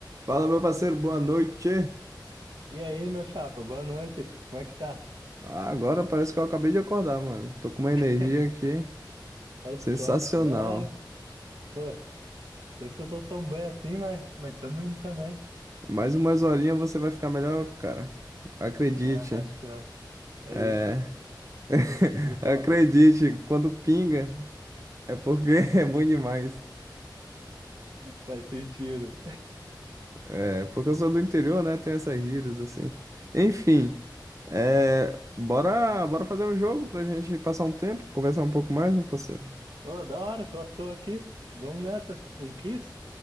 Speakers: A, on the right; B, on the right.
A: Fala, meu parceiro, boa noite.
B: E aí, meu chapa, boa noite. Como é que tá?
A: Ah, Agora parece que eu acabei de acordar, mano. Tô com uma energia
B: <laughs>
A: aqui
B: Olha
A: sensacional.
B: só, da hora. Pô, não sei se eu tô tão bem assim, mas, mas tamo indo também.
A: Mais umas horinhas você vai ficar melhor, cara. Acredite.
B: Ah, acho que não. É
A: É.
B: isso
A: <laughs>
B: que me conta.
A: Acredite, quando pinga é porque <laughs> é bom demais.
B: Faz sentido.
A: É porque eu sou do interior, né? Tem essas gírias assim. Enfim, é... bora, bora fazer um jogo pra gente passar um tempo, conversar um pouco mais, meu parceiro.
B: Pô, da hora, tô à toa aqui. Vamos nessa. Um kiss?